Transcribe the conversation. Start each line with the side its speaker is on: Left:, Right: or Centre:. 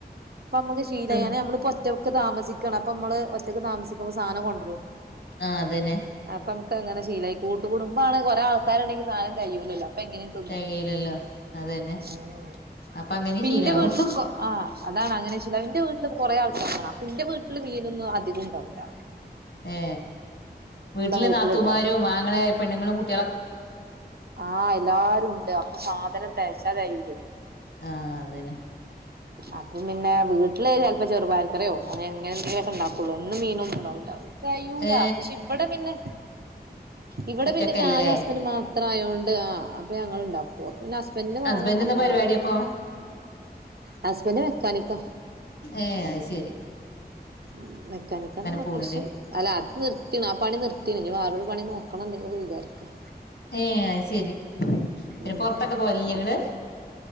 Right: ഇപ്പൊ നമ്മക്കശീലായി
Left: തിന്ന്
Right: നാ നമ്മളിപ്പോ ഒറ്റക്ക് താമസിക്കാണ് അപ്പം നമ്മള് ഒറ്റക്ക് താമസിക്കുമ്പോ സാധനം കൊണ്ടരും
Left: ആ അതന്നെ
Right: അപ്പൊ നമുക്ക് അങ്ങനെ ശീലായി കൂട്ട് കൂടുംബ ഒറപ്പാണ് കൊറേ ആൾക്കാരുണ്ടെങ്കി സാധനം തെകയൂല്ലാലോ അപ്പൊ എങ്ങനിം- തിന്നും
Left: തികയില്ലല്ലോ അതന്നെ
Right: ഉം
Left: അപ്പൊ അങ്ങനെ
Right: ഇപ്പോന്റെ
Left: ശീലാവും
Right: വീട്ടിൽ ആ- അതാണ് അങ്ങനെ ശീലാ എന്റെ വീട്ടില് കൊറെ ആൾക്കാരാണ് അപ്പൊ എന്റെ വീട്ടില് മീനൊന്നും അധികം ഉണ്ടാവുല്ല
Left: ഏ വീട്ടിൽ
Right: വീട്ടില്ട്ടോ
Left: നാത്തുമാരും ആങ്ങളെ പെണ്ണുങ്ങളും കുട്ടി
Right: ആഹ് എല്ലരും ഉണ്ട് അപ്പൊ സാധനം തെകച്ചാതെകയൂലയ് <unintelligible>
Left: ആഹ് അതന്നെ
Right: അപ്പൊ പിന്നെ വീട്ടില് ചെലപ്പോ ചെറുപയർക്കറിയോ അങ്ങനെത്തെലൊക്കെ ഉണ്ടാക്കുള്ളൂ എന്നും മീനൊന്നുണ്ടാവൂല കയ്യൂല
Left: ഏ
Right: പക്ഷെ ഇവിടെ പിന്നെ ഇവിടെ
Left: ഒറ്റക്കല്ലല്ലേ
Right: പിന്നെ ഞാനും ഹസ് മാത്രയോണ്ട് ആ അപ്പൊ ഞങ്ങൾ ഉണ്ടാക്കും അപ്പ പിന്നെ ഹസ്ബന്ഡന് വാണം
Left: ഹസ്ബൻഡ്
Right: അപ്പ
Left: എന്താ പരിപാടി
Right: അങ്ങനെണ്ടാക്കും
Left: അപ്പൊ
Right: ഹസ്ബൻഡ് മെക്കാനിക്ക
Left: ഏയ് അയ് ശെരി
Right: ഉം മെക്കാനിക്കാന്നറഞ്ഞ
Left: പോണില്ലേ
Right: <unintelligible> ആ അത് നിർത്തിക്ക്ന് ആ പണി നിർത്തിക്കണ് ഇനി വേറൊരു പണി നോക്ക നോക്കണം ഇല്ലത് വിചാരിക്ക-
Left: ഏ അയ് ശെരി പിന്നെ
Right: ഉം
Left: പൊ റത്തൊക്കെ പോവലില്ലേ ഇങ്ങൾ
Right: അപ്പൊ